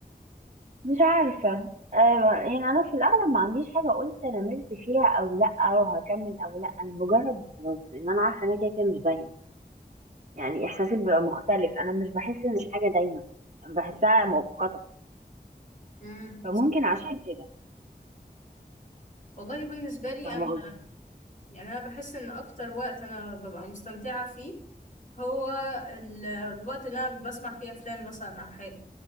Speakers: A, on the right (about 45°); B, on the left (about 50°).
A: مش عارفة آه، يعني أنا في الأغلب ما عنديش حاجة قلت أنا ملت فيها أو لأ أو هكمل أو لأ أنا بجرب وخلاص لأن أنا عارفة إنها كده كده مش دايما يعني إحساسي بيبقى مختلف أنا مش بحس إن الحاجة دايما بحسها مؤقتة
B: مم.
A: فممكن عشان كده
B: والله بالنسبة لي
A: فاهمة
B: أنا
A: قصدي؟
B: يعني أنا بحس إن أكتر وقت أنا ببقى مستمتعة فيه هو ال- الوقت اللي أنا بسمع فيه أفلام مثلا أو حاجة